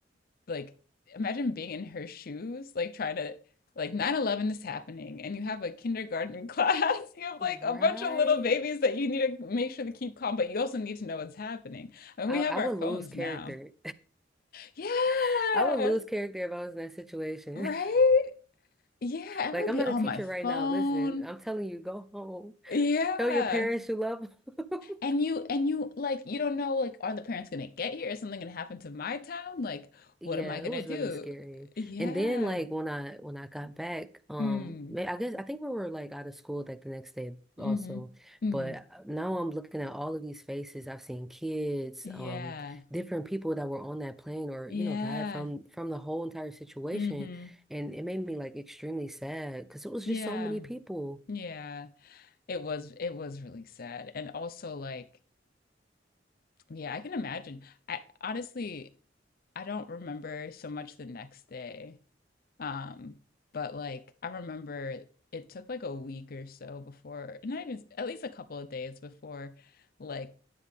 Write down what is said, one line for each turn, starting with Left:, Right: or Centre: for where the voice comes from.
Left: like imagine being in her shoes, like trying to like nine eleven is happening and you have a kindergarten <laughs> class. You have
Centre: right?
Left: like a bunch of little babies that you need to make sure to keep calm, but you also need to know what's happening. I mean,
Centre: I,
Left: we have
Centre: I
Left: our
Centre: would lose
Left: phones
Centre: character.
Left: now. Yeah,
Centre: <laughs> I would lose character if I was in that situation.
Left: right?
Centre: <laughs>
Left: Yeah, I
Centre: Like
Left: would
Centre: I'm
Left: be
Centre: not
Left: on
Centre: a teacher
Left: my phone.
Centre: right now. Listen, I'm telling you, go home.
Left: Yeah.
Centre: Tell your parents you love them. <laughs>
Left: And you and you like you don't know like are the parents gonna get here? Is something gonna happen to my town? Like
Centre: Yeah,
Left: what am I gonna
Centre: it was
Left: do?
Centre: really scary.
Left: Yeah.
Centre: And then like when I when I got back, um
Left: Mm.
Centre: ma- I guess I think we were like out of school like the next day also.
Left: Mm-hmm. Mm.
Centre: But now I'm looking at all of these faces. I've seen kids,
Left: Yeah.
Centre: um different people that were on that plane or
Left: Yeah.
Centre: you know died from from the whole entire situation
Left: Mm-hmm.
Centre: and it made me like extremely sad because it was
Left: Yeah.
Centre: just so many people.
Left: Yeah. It was it was really sad. And also like yeah, I can imagine. I honestly I don't remember so much the next day. Um, but like I remember it took like a week or so before, not even at least a couple of days before like